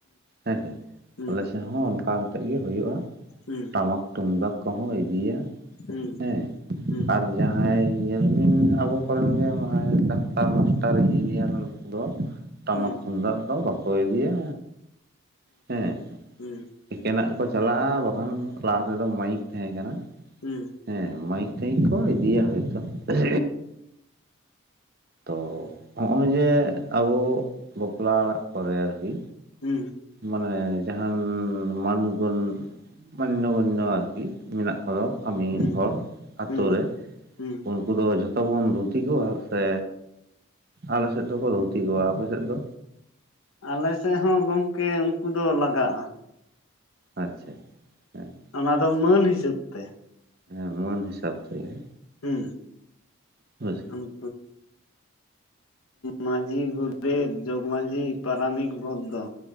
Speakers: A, on the right; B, on the left.
A: ᱦᱮᱸ ᱥᱮ
B: ᱦᱮᱸ
A: ᱟᱞᱮ
B: ᱦᱮᱸ
A: ᱥᱮᱫ ᱦᱚᱸ ᱚᱱᱠᱟ ᱠᱟᱛᱮ ᱜᱮ ᱦᱩᱭᱩᱜ-ᱟ᱾
B: ᱦᱮᱸ
A: ᱴᱟᱢᱟᱠ ᱛᱩᱢᱫᱟᱜ ᱠᱚᱦᱚᱸ ᱤᱫᱤᱭᱟ᱾
B: ᱦᱩᱸ
A: ᱦᱮᱸ
B: ᱦᱩᱸ᱾
A: ᱟᱨ ᱡᱟᱦᱟᱸᱭ ᱧᱮᱞᱵᱤᱱ ᱟᱵᱚ ᱠᱚᱨᱮᱱ ᱜᱮ ᱢᱟᱦᱟᱭ ᱰᱟᱠᱛᱟᱨ ᱟᱨ ᱢᱟᱥᱴᱟᱨ ᱤᱧᱡᱤᱱᱤᱭᱟᱨ ᱱᱩᱠᱩ ᱫᱚ ᱴᱟᱢᱟᱠ
B: ᱦᱮᱸ ᱦᱮᱸ
A: ᱛᱩᱢᱫᱟᱜ ᱫᱚ ᱵᱟᱠᱚ ᱤᱫᱤᱭᱟ᱾ ᱦᱮᱸ
B: ᱦᱮᱸ
A: ᱮᱠᱮᱱᱟᱜ ᱜᱮᱠᱚ ᱪᱟᱞᱟᱜ-ᱟ ᱵᱟᱠᱷᱟᱱ ᱞᱟᱦᱟ ᱛᱮᱫᱚ ᱢᱟᱹᱭᱤᱠ ᱛᱟᱦᱮᱸ ᱠᱟᱱᱟ᱾
B: ᱦᱩᱸ᱾
A: ᱦᱮᱸ ᱢᱟᱭᱤᱠ ᱴᱟᱭᱤᱠ ᱠᱚ ᱤᱫᱤᱭᱟ ᱦᱚᱭᱛᱚ <unintelligible> ᱛᱚ ᱦᱚᱜᱼᱚᱭ ᱡᱮ ᱟᱵᱚ ᱵᱟᱯᱞᱟ ᱚᱲᱟᱜ ᱠᱚᱨᱮ ᱟᱨᱠᱤ
B: ᱦᱩᱸ᱾
A: ᱢᱟᱱᱮ ᱡᱟᱦᱟᱱ ᱢᱟᱱ ᱜᱚᱱ ᱢᱟᱱᱱᱚ ᱜᱚᱱᱱᱚ ᱟᱨᱠᱤ ᱢᱮᱱᱟᱜ ᱠᱚᱫᱚ ᱠᱟᱹᱢᱤ
B: ᱦᱮᱸ
A: ᱦᱚᱲ ᱟᱛᱳ
B: ᱦᱮᱸ ᱦᱮᱸ
A: ᱨᱮ
B: ᱦᱮᱸ
A: ᱩ ᱩᱱᱠᱩ ᱫᱚ ᱡᱷᱚᱛᱚ ᱵᱚᱱ ᱫᱷᱩᱛᱤ ᱠᱚᱣᱟ ᱥᱮ ᱟᱞᱮᱥᱮᱫ ᱫᱚᱠᱚ ᱫᱷᱩᱛᱤ ᱠᱚᱣᱟ ᱟᱯᱮᱥᱮᱫ ᱫᱚ?
B: ᱟᱞᱮ ᱥᱮᱫ ᱦᱚᱸ ᱜᱚᱝᱠᱮ ᱩᱱᱠᱩ ᱫᱚ ᱞᱟᱜᱟᱜᱼᱟ᱾
A: ᱟᱪᱪᱷᱟ ᱦᱮᱸ᱾
B: ᱚᱱᱟ ᱫᱚ ᱢᱟᱹᱱ ᱦᱤᱥᱟᱹᱵ ᱛᱮ᱾
A: ᱦᱮᱸ ᱢᱟᱹᱱ ᱦᱤᱥᱟᱹᱵ ᱛᱮᱜᱮ᱾
B: ᱦᱩᱸ᱾
A: ᱦᱳᱭ᱾
B: ᱩᱸ ᱢᱟᱺᱡᱷᱤ, ᱜᱚᱰᱮᱛ, ᱡᱚᱜᱽᱢᱟᱺᱡᱷᱤ, ᱯᱟᱨᱟᱱᱤᱠ, ᱵᱚᱫᱽᱫᱚ